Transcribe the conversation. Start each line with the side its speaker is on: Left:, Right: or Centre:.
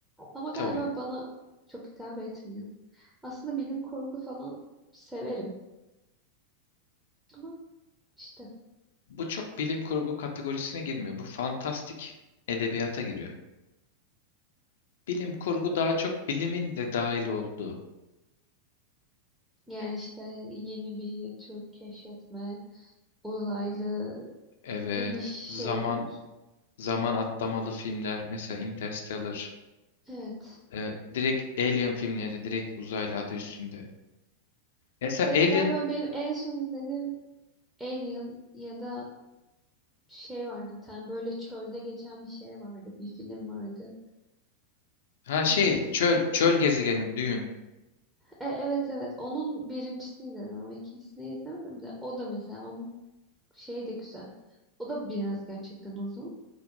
Centre: Ama galiba
Left: Tabii.
Centre: bana çok hitap etmiyor. Aslında bilim kurgu falan severim ama işte.
Left: Bu çok bilim kurgu kategorisine girmiyor. Bu fantastik edebiyata giriyor. Bilim kurgu daha çok bilimin de dahil olduğu.
Centre: Yani işte yeni bir tür keşfetme, uzaylı
Left: Evet,
Centre: gibi şeyler.
Left: zaman zaman atlamalı filmler mesela Interstellar,
Centre: Evet.
Left: e, direkt Alien filmleri, direkt uzaylı adı üstünde. Mesela
Centre: Evet
Left: Alien
Centre: galiba benim en son izlediğim Alien ya da şey vardı bir tane böyle çölde geçen bir şey vardı. Bir film vardı.
Left: ha şey
Centre: İki.
Left: çöl çöl gezegeni Dune.
Centre: E, evet evet onun birincisini izledim ama ikincisini izlemedim de o da mesela onun şeyi de güzel. O da biraz gerçekten uzun